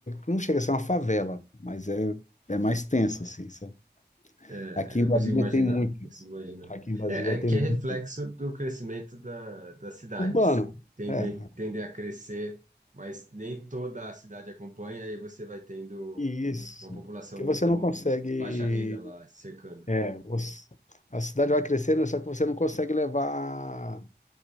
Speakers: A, on the left; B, on the right.
A: Não chega a ser uma favela, mas é, é mais tenso, assim, sabe?
B: É,
A: Aqui em
B: eu
A: Brasília
B: consigo imaginar,
A: tem muito
B: consigo
A: isso.
B: imaginar.
A: Aqui em Brasília
B: É, é
A: tem
B: que
A: muito.
B: é reflexo do crescimento da, das cidades.
A: Urbano,
B: Tendem,
A: é.
B: tendem a crescer, mas nem toda a cidade acompanha e você vai tendo
A: E isso.
B: uma população
A: Porque você
B: hum,
A: não consegue
B: baixa renda lá cercando.
A: É, você- a cidade vai crescendo, só que você não consegue levar.